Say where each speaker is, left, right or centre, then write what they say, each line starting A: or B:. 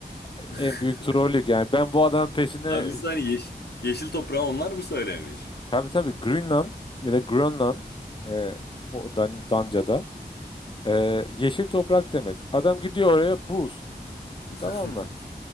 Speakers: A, on the left (about 30°); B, on the left (about 80°).
A: e, en
B: <laughs>
A: büyük trollük. Yani ben bu adamın peşine
B: Ya bir saniye yeş- yeşil toprağı onlar mı söylemiş?
A: tabii tabii Greenland ya da Grönland e, o Dan- Danca'da. Ee, yeşil toprak demek. Adam gidiyor oraya buz.
B: <laughs>
A: Tamam mı?